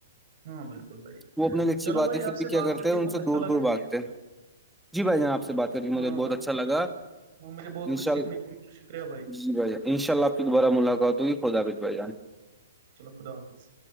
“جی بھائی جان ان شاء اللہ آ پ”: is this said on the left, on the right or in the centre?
Centre